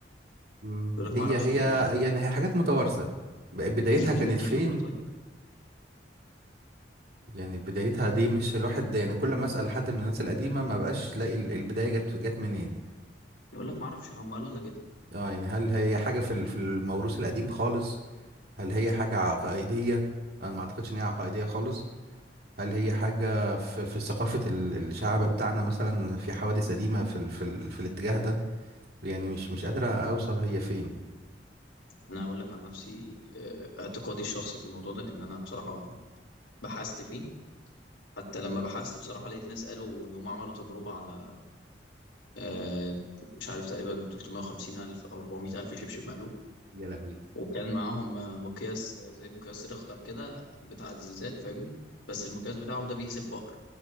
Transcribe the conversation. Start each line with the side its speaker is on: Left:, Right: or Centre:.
Right: مم.
Left: يقول لك
Right: هي
Left: ما اعرفش
Right: هي
Left: بيقولوا
Right: هي يعني هي حاجات متوارثه ب- بدايتها
Left: هي مين
Right: كانت
Left: اللي
Right: فين
Left: بيقولوا طيب
Right: يعني بدايتها دي مش الواحد ده يعني كل ما اسال حد من الناس القديمه ما بقاش لاقي ال- البدايه جت جت منين
Left: يقول لك ما اعرفش هم قالوا لنا كده
Right: اه يعني هل هي حاجه في ال- في الموروث القديم خالص هل هي حاجه عقائديه انا ما اعتقدش ان هي عقائديه خالص هل هي حاجة في, في ثقافة ال- الشعب بتاعنا مثلا في حوادث قديمة في ال في, ال في الاتجاه ده يعني مش مش قادرة أوصل هي فين
Left: انا اقول لك عن نفسي آه، اعتقادي الشخصي في الموضوع ده لان انا بصراحه بحثت فيه حتى لما بحثت بصراحه لقيت ناس قالوا ان هم عملوا تجربه على آه، مش عارف تقريبا 350 الف او 400 الف شبشب مقلوب
Right: يا لهوي
Left: وكان معاهم آه، مقياس آه، زي مقياس ريختر كده بتاع الزلزال فاهمني بس المقياس بتاعهم ده بيقيس الفقر